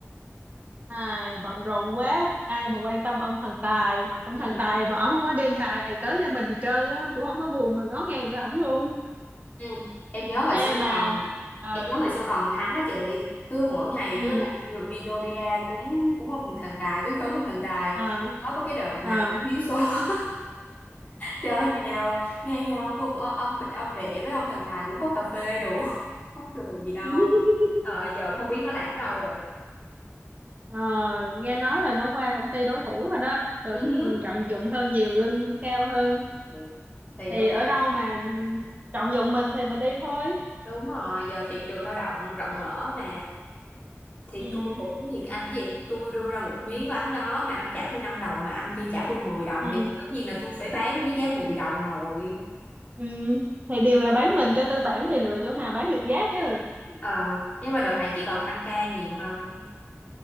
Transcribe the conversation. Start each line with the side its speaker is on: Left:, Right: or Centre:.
Right: ai bận rộn quá ai mà quan tâm ông thần tài ông
Left: Ừ,
Right: thần tài mà ông không có đem tài tới cho mình gì trơn á cũng không có buồn mà ngó ngàng tới ổng luôn
Left: ừ. Em nhớ hồi
Right: Ê
Left: xưa
Right: mà
Left: còn
Right: ờ
Left: em nhớ hồi xưa còn thắng á chị, cứ mỗi ngày
Right: ừ
Left: cứ lại đi, vô- đi vô đi ra cúng cúng ông thần tài, cứ khấn ông thần tài.
Right: ờ
Left: Mới có cái đợt mà
Right: ờ
Left: thiếu số <laughs> chơi ơi, ngày nào ngày nào ông ông ông bị ông đệ với ông thần tài cũng có cà phê đủ <laughs> mắc cười gì đâu
Right: <laughs>
Left: ờ giờ cũng không biết nó làm ở đâu rồi
Right: ờ nghe nói là nó qua công ty đối thủ rồi đó được
Left: ừ. hứ.
Right: trọng dụng hơn nhiều lương cũng cao hơn
Left: Ừ, thì
Right: thì
Left: đúng
Right: ở đâu mà trọng dụng mình thì mình đi thôi
Left: Đúng rồi, giờ thị trường lao động rộng mở mà. Thì
Right: ừ
Left: tôi cũng như anh gì, tôi đưa ra một miếng bánh đó mà anh trả tôi 5 đồng mà anh kia trả tôi mười đồng
Right: ừ
Left: thì tất nhiên là tôi phải bán với giá 10 đồng rồi.
Right: ừ thì đều là bán mình cho tư bản thì lựa chỗ nào bán được giá chứ
Left: Ờ, nhưng mà đợt này chị còn tăng ca nhiều không?